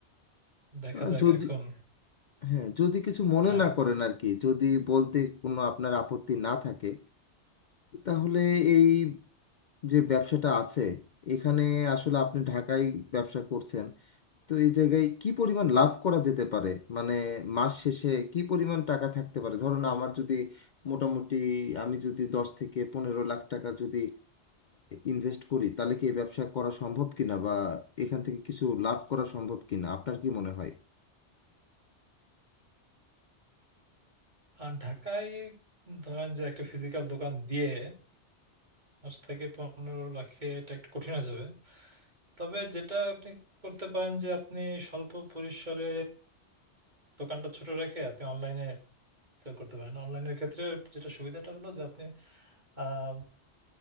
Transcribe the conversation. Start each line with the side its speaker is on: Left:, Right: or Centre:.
Right: দেখা
Left: আহ,
Right: যাক
Left: যদি
Right: এখন
Left: হ্যাঁ যদি কিছু মনে
Right: হ্যাঁ
Left: না করেন আর কি যদি বলতে কোনো আপনার আপত্তি না থাকে তাহলে এই যে ব্যবসাটা আছে এখানে আসলে আপনি ঢাকায় ব্যবসা করছেন তো এই জায়গায় কি পরিমাণ লাভ করা যেতে পারে মানে মাস শেষে কি পরিমাণ টাকা থাকতে পারে ধরুন আমার যদি মোটামুটি আমি যদি দশ থেকে পনেরো লাখ টাকা যদি ইনভেস্ট করি তাহলে কি এই ব্যবসা করা সম্ভব কিনা বা এখান থেকে কিছু লাভ করা সম্ভব কিনা আপনার কি মনে হয়
Right: আর ঢাকায় ধরেন যে একটা ফিজিক্যাল দোকান দিয়ে দশ থেকে পনেরো লাখে এটা একটু কঠিন হয়ে যাবে তবে যেটা আপনি করতে পারেন যে আপনি স্বল্প পরিসরে দোকানটা ছোট রেখে আপনি অনলাইনে সেল করতে পারেন অনলাইনের ক্ষেত্রে যেটা সুবিধাটা হলো যে আপনি আহ,